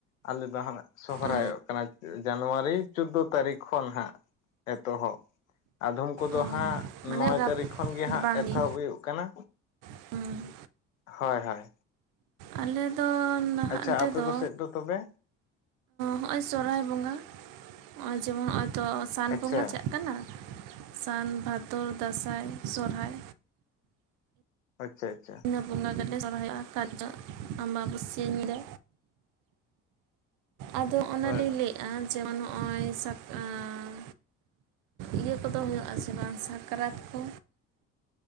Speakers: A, on the left (about 85°); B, on the right (about 55°).
A: ᱟᱞᱮᱫᱚ ᱦᱟᱸᱜ ᱥᱚᱦᱨᱟᱭᱚᱜ
B: ᱚ
A: ᱠᱟᱱᱟ <unintelligible> ᱡᱟᱱᱣᱟᱨᱤ ᱪᱳᱫᱽᱫᱳ ᱛᱟᱹᱨᱤᱠᱷ ᱠᱷᱚᱱ ᱦᱟᱸᱜ ᱮᱛᱚᱦᱚᱵ, ᱟᱫᱷᱚᱢ ᱠᱚᱫᱚ
B: ᱚ
A: ᱦᱟᱸᱜ
B: ᱢᱟᱱᱮ
A: ᱱᱚᱭ
B: ᱨᱟᱯ
A: ᱛᱟᱹᱨᱤᱠᱷ ᱠᱷᱚᱱ ᱜᱮ ᱦᱟᱸᱜ
B: ᱵᱟᱝᱜᱮ
A: ᱮᱛᱚᱦᱚᱵ ᱦᱩᱭᱩᱜ ᱠᱟᱱᱟ᱾
B: ᱦᱩᱸ᱾
A: ᱦᱳᱭ ᱦᱳᱭ᱾
B: ᱟᱞᱮ ᱫᱚ ᱱᱟᱦᱟᱜ
A: ᱟᱪᱪᱷᱟ
B: ᱱᱚᱛᱮ
A: ᱟᱯᱮ
B: ᱫᱚ
A: ᱠᱚᱥᱮᱫ ᱛᱚᱵᱮ
B: ᱦᱚᱜᱼᱚᱭ ᱥᱚᱨᱚᱦᱦᱟᱭ ᱵᱚᱸᱜᱟ, ᱦᱚᱸᱜᱼᱚᱭ ᱡᱮᱢᱚᱱ ᱦᱚᱜᱼᱚᱭ ᱛᱚ ᱥᱟᱱ
A: ᱟᱪᱪᱷᱟ
B: ᱵᱚᱸᱜᱟ ᱪᱟᱜ ᱠᱟᱱᱟ᱾ ᱥᱟᱱ, ᱵᱷᱟᱫᱚᱨ, ᱫᱟᱸᱥᱟᱸᱭ, ᱥᱚᱨᱦᱟᱭ᱾
A: ᱟᱪᱪᱷᱟ ᱟᱪᱪᱷᱟ᱾
B: ᱤᱱᱟᱹ ᱵᱚᱸᱜᱟ ᱜᱮ ᱞᱮ ᱥᱚᱨᱚᱦᱟᱭᱚᱜᱼᱟ <unintelligible> ᱟᱢᱵᱟ ᱵᱟᱥᱤᱭᱟᱹ ᱧᱤᱸᱫᱟᱹ᱾ ᱟᱫᱚ ᱚᱱᱟᱞᱤᱧ
A: ᱦᱳᱭ ᱦᱳᱭ
B: ᱞᱟᱹᱭᱮᱫᱼᱟ ᱡᱮᱢᱚᱱ ᱦᱚᱸᱜᱼᱚᱭ ᱥᱟᱠ ᱟᱸ ᱤᱭᱟᱹ ᱠᱚᱫᱚ ᱦᱩᱭᱩᱜ ᱟᱥᱮ ᱵᱟᱝ ᱥᱟᱠᱨᱟᱛ ᱠᱚ?